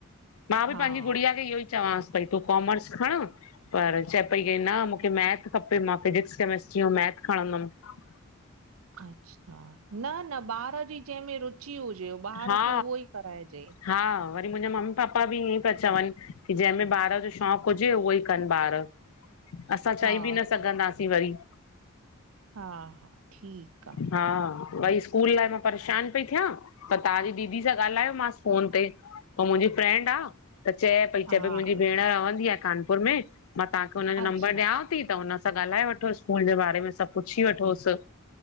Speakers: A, on the left; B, on the right.
A: मां
B: हा।
A: बि पंहिंजी गुड़िया खे इहो ई चवांस। भई तूं काॅमर्स खण। पर चए पई के न मूंखे मैथ खपे मां फिजिक्स कैमिस्ट्री ऐं मैथ खणंदम। अच्छा --
B: अच्छा न- न ॿार जी जंहिंमें रुची हुजे ॿार
A: हा
B: खे उहो ई कराइजे।
A: हा वरी मुंहिंजा मम्मी पापा बि ईअं ई पिया चवनि की जंहिंमें ॿार जो शौक़ हुजे उहो ई। कनि ॿार असां
B: हा
A: चई बि न
B: हा
A: सघंदासीं वरी।
B: हा हा ठीक --
A: हा भई स्कूल लाइ मां परेशान। पई थियां पर तव्हांजी दीदी सां ॻाल्हायो मांस फोन ते पो मुंहिंजी फ्रेंंड आ। त चए पई
B: हा
A: चए
B: हा
A: पई मुंहिंजी भेण रहंदी आहे कानपुर में मां तव्हांखे हुनजो
B: अच्छा
A: नंबर ॾियांव
B: अच्छा
A: थी। त हुन सां ॻाल्हाए वठोसि स्कूल जे बारे में सभु पुछी वठोस